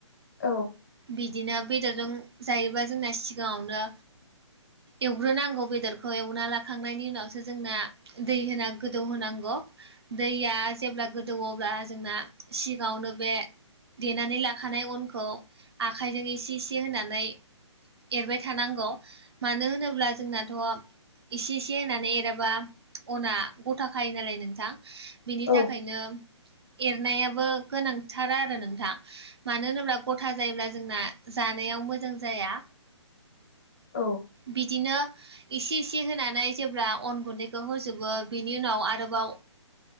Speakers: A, on the left (about 35°); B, on the right (about 55°).
A: औ
B: बिदिनो बेदरजों जायोबा जोंना सिगाङावनो। एवग्रोनांगौ बेदरखौ एवना लाखांनायनि उनावसो जोंना दै होना गोदौ होनांगौ। दैया जेब्ला गोदौ अब्ला जोंना सिगांआवनो बे। देनानै लाखानाय अनखौ आखाइजों एसे इसे होनानै। एरबाय थानांगौ मानो होनोब्ला जोंनाथ'। एसे इसे होनानै एराबा अना गथाखायो नालाय नोंथां। बिनि
A: औ
B: थाखायनो। नायाबो गोनांथार आरो नोंथा मानो होनोब्ला गथा जायोब्ला जोंना जानायाव मोद। मोजां जाया।
A: औ।
B: बिदिनो इसे इसे होनानै जेब्ला अन गुन्दैखौ होजोबो बिनि उनाव आरोबाव।